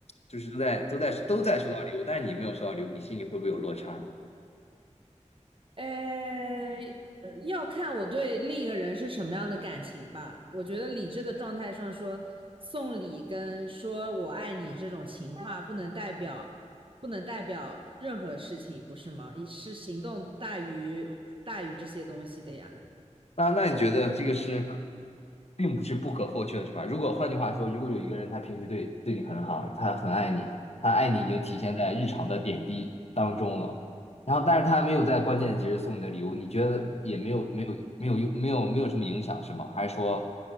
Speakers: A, on the left (about 55°); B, on the right (about 45°).
A: 就是都在都在都在收到礼物，但是你没有收到礼物，你心里会不会有落差呢？
B: 呃，嗯要看我对另一个人是什么样的感情吧。我觉得理智的状态上说，送礼跟说我爱你这种情话不能代表，不能代表任何事情，不是吗？是行动大于大于这些东西的呀。
A: 那那你觉得这个是可，并不是不可或缺的，是吧？如果换句话说，如果有一个人他平时对对你很好，他很爱你，他爱你已经体现在日常的点滴当中了，然后但是他没有在关键的节日送你的礼物，你觉得也没有没有没有用没有没有什么影响是吗？还是说